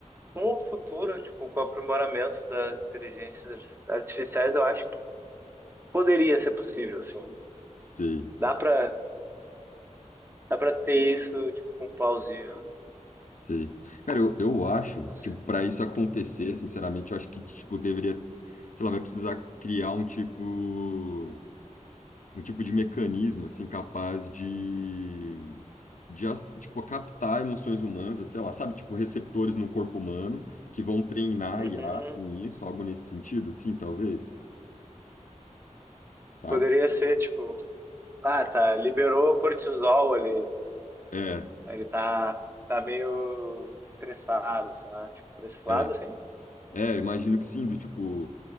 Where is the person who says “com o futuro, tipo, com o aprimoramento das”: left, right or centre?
Right